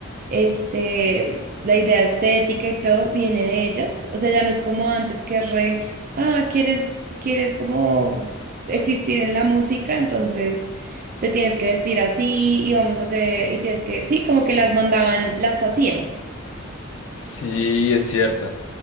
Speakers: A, on the right; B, on the left.
A: este, la idea estética y todo viene de ellas. O sea, ya no es como antes que re, ah, quieres, quieres como existir en la música, entonces te tienes que vestir así y vamos a hacer, y tienes que, sí, como que las mandaban, las hacían.
B: sí, es cierto.